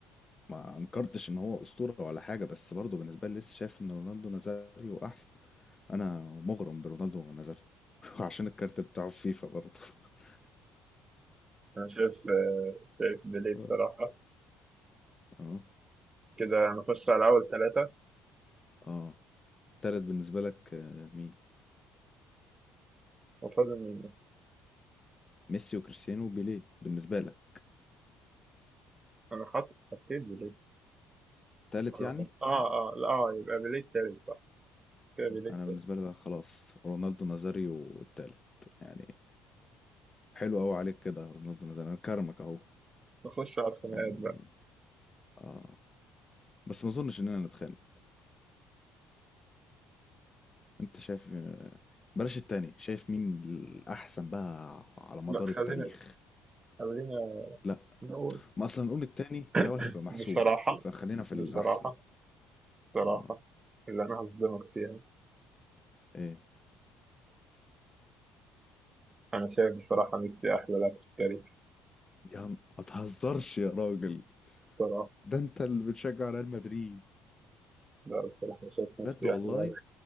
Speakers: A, on the left; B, on the right.
A: ما أنكرتش إن هو أسطورة ولا حاجة بس برضو بالنسبة لي لسه شايف إن رونالدو ونازاريو أحسن أنا مغرم برونالدو ونازاريو <laughs> عشان الكارت بتاعه في فيفا برضو <laughs>
B: أنا شايف آه، شايف بيليه بصراحة
A: آه. اه
B: كده نخش على أول ثلاثة
A: اه تالت بالنسبة لك آه، مين؟
B: وفاضل مين بس
A: ميسي وكريستيانو وبيليه بالنسبة لك
B: أنا حاطط حطيت بيليه
A: تالت
B: أنا
A: يعني؟
B: حاطط آه آه لا آه يبقى بيليه التالت صح كده بيليه
A: انا
B: التالت
A: بالنسبه لي بقى خلاص رونالدو نازاريو التالت يعني حلو قوي عليك كده رونالدو نازاريو انا كرمك اهو
B: نخش على الخناقات
A: يعني
B: بقى
A: اه بس ما اظنش اننا نتخانق انت شايف آه، بلاش التاني شايف مين الاحسن بقى على مدار
B: لا خلينا
A: التاريخ
B: خلينا
A: لا
B: نقول
A: ما اصلا نقول التاني
B: <coughs>
A: الاول هيبقى محسوم
B: بصراحة
A: فخلينا في
B: بصراحة
A: الاحسن
B: بصراحة
A: اه
B: اللي أنا هصدمك فيها
A: ايه
B: أنا شايف بصراحة
A: و-
B: ميسي أحلى لاعب في التاريخ
A: يا عم ما تهزرش يا راجل
B: بصراحة
A: ده انت اللي بتشجع ريال مدريد
B: لا بصراحة أنا شايف
A: بجد
B: ميسي
A: والله
B: أحلى لاعب